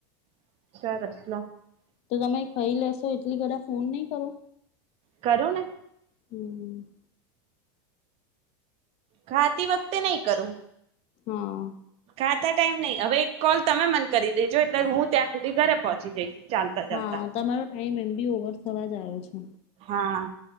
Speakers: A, on the right; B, on the left.
A: <unintelligible>
B: તો તમે ખાઈ લેશો એટલી <unintelligible> ફોન નહી કરો.
A: કરો ને
B: હમ
A: ખાતી વખતે નહી કરું
B: હા
A: આતા ટાઈમ નહીં હવે એક કોલ તમે મન કરી દેજો એટલે હું ત્યાં સુધી ઘરે પહોંચી જઈશ ચાલતા ચાલતા
B: હા તમારો ટાઈમ એમ બી ઓવર થવા જ આયો છે.
A: હા,